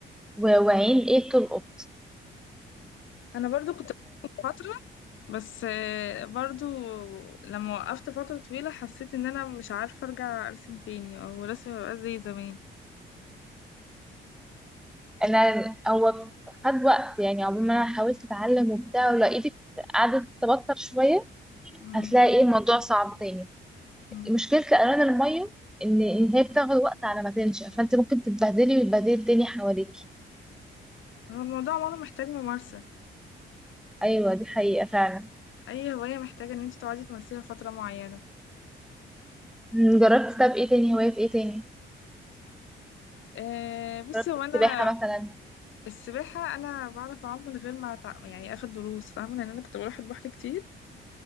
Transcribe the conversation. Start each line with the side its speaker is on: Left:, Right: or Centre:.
Centre: و- وعين إيه تلقط
Left: انا برضو كنت فترة بس آه، برضو لما وقفت فترة طويلة حسيت ان انا مش عارفة ارجع ارسم تاني او رسمي مبقاش زي زمان
Centre: انا هو خد وقت يعني عقبال ما انا حاولت اتعلم وبتاع ولو ايدك قعدت تبطر شويه
Left: مم.
Centre: هتلاقي ايه الموضوع صعب تاني
Left: مم.
Centre: مشكله الالوان الميه ان إن هي بتاخد وقت على ما تنشف فانت ممكن تتبهدلي وتبهدلي الدنيا حواليكي
Left: هو الموضوع عموما محتاج ممارسة
Centre: ايوه دي حقيقه فعلا
Left: اي هواية محتاجة ان انت تقعدي تمارسيها فترة معينة
Centre: أمم، جربت طب ايه تاني هوايات ايه تاني
Left: أه بصي
Centre: جربت
Left: هو
Centre: السباحه
Left: انا
Centre: مثلا
Left: السباحة انا بعرف اعوم من غير ما أتع... يعني اخد دروس فاهمة لان انا كنت بروح البحر كتير